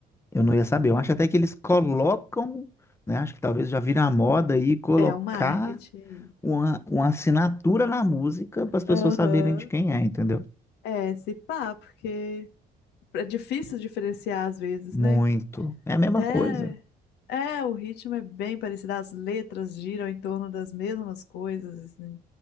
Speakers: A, on the left (about 15°); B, on the left (about 80°).
A: eu não ia saber. Eu acho até que eles colocam, né? Acho que talvez já vira a moda aí colocar
B: É o marketing aí.
A: uma, uma assinatura na música para as pessoas
B: Aham.
A: saberem de quem é, entendeu?
B: É, se pá, porque é difícil diferenciar às vezes,
A: Muito.
B: né?
A: É a mesma
B: Até
A: coisa.
B: é, o ritmo é bem parecido, as letras giram em torno das mesmas coisas, assim.